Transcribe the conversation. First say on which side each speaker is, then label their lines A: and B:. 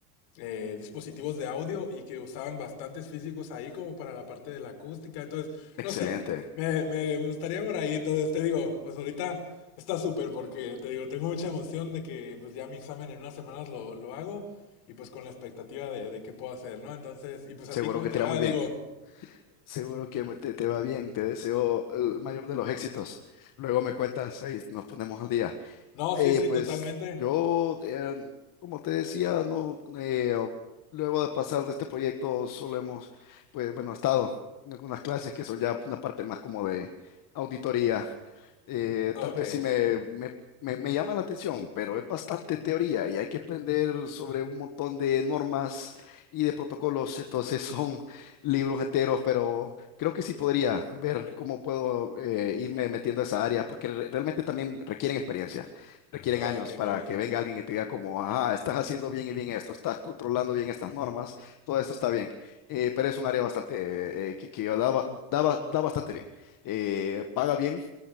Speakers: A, on the left; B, on the left.
A: eh, dispositivos de audio y que usaban bastantes físicos ahí como para la parte de la acústica. Entonces,
B: Excelente,
A: no sé, me, me, me gustaría por ahí. Entonces, te digo, pues ahorita está súper porque te digo, tengo mucha emoción de que pues ya mi examen en unas semanas lo, lo hago y pues con la expectativa de, de qué puedo hacer, ¿no? Entonces, y pues a
B: seguro
A: ti cómo
B: que
A: te
B: te
A: va,
B: irá muy bien.
A: digo,
B: Seguro que me- te, te va bien, te deseo el mayor de los éxitos. Luego me cuentas, ahí nos ponemos al día.
A: no, sí,
B: Eh,
A: sí,
B: pues
A: totalmente.
B: yo, eh, como te decía, no, eh, luego de pasar de este proyecto solo hemos, pues bueno, estado en algunas clases que son ya una parte más como de auditoría. Eh,
A: Ok,
B: tal vez sí me, me, me- me llama la atención, pero es bastante teoría y hay que aprender sobre un montón de normas y de protocolos, entonces son libros enteros, pero creo que sí podría ver cómo puedo eh, irme metiendo a esa área, porque re- realmente también requieren experiencia requieren
A: ok,
B: años para
A: muy bien.
B: que venga alguien y te diga como, ah, estás haciendo bien y bien esto, estás controlando bien estas normas, todo esto está bien. Eh, pero es un área bastante, eh, que, que da, ba- da ba- da bastante bien, Eh, paga bien